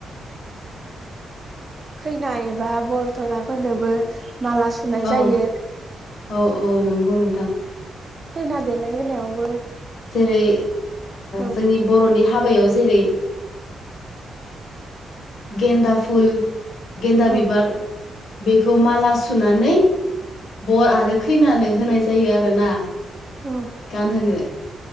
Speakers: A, on the right (about 35°); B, on the left (about 70°).
A: खैना एबा बरधराफोरनोबो माला सुनाय
B: औ
A: जायो
B: औ औ नंगौ नोंथां
A: खैना देलाय होनायावबो
B: जेरै
A: औ
B: जोंनि बर'नि हाबा हाबायाव जेरै गेन्दा फुल गेन्दा
A: औ
B: बिबार बेखौ माला सुनानै बर आरो खैनानो होनाय जायो आरोना
A: औ
B: गानहोनो